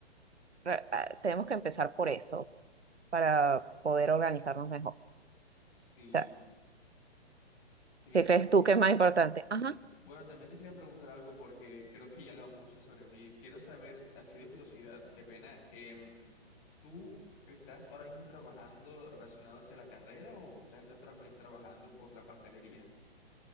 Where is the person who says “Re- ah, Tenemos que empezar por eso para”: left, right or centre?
Right